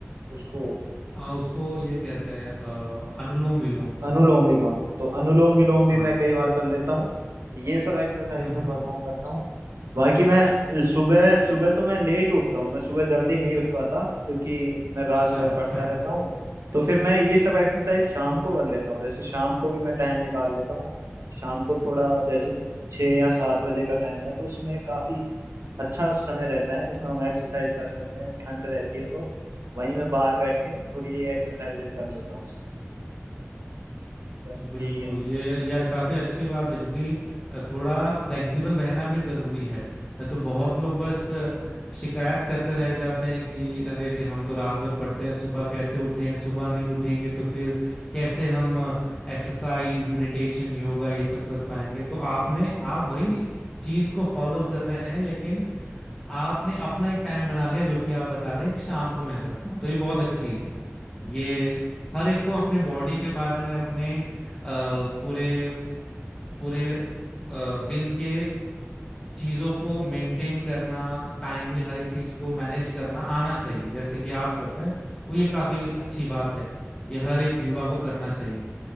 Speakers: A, on the right (about 80°); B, on the left (about 20°).
A: उसको
B: हाँ उसको ये कहते हैं अ, अनुलोम विलोम
A: अनुलोम विलोम तो अनुलोम विलोम
B: हाँ
A: भी मैं कई बार कर लेता हूँ ये सब एक्सरसाइज
B: हम्म
A: में
B: हम्म
A: परफॉर्म
B: हम्म।
A: करता हूँ बाकी मैं सुबह सुबह तो मैं लेट उठता हूँ मैं सुबह जल्दी नहीं उठ पाता क्योंकि मैं रात
B: अच्छा
A: भर पढ़ता
B: <laughs>
A: रहता हूँ तो फिर मैं ये सब एक्सरसाइज शाम को कर लेता हूँ जैसे शाम को भी मैं टाइम निकाल लेता हूँ शाम को थोड़ा जैसे छः या सात बजे का टाइम है तो उसमें काफी अच्छा समय रहता है जिसमें हम एक्सरसाइज कर सकते हैं ठंड रहती है तो वहीं मैं बाहर बैठ के थोड़ी ये एक्सरसाइजेस कर लेता हूँ बस
B: बिल्कुल
A: यही है
B: ये यार काफी अच्छी बात है क्योंकि थोड़ा फ्लेक्सिबल रहना भी जरूरी है तो बहुत लोग बस शिकायत करते रह जाते हैं कि अरे हम तो रात भर पढ़ते हैं सुबह कैसे उठें सुबह नहीं उठेंगे तो फिर कैसे हम एक्सरसाइज मेडिटेशन योगा ये सब कर पाएंगे तो आपने आप वही चीज को फॉलो कर रहे हैं लेकिन आपने अपना एक टाइम बना लिया जो कि आप बता रहे हैं कि शाम को मैं करता हूँ तो ये बहुत अच्छी चीज है ये हर एक को अपने बॉडी के बारे में अपने अ, पूरे पूरे अ, दिन के चीजों को मेंटेन करना टाइमली हर एक चीज को मैनेज करना आना चाहिए जैसे कि आप करते हैं वो ये काफी अच्छी बात है ये हर एक युवा को करना चाहिए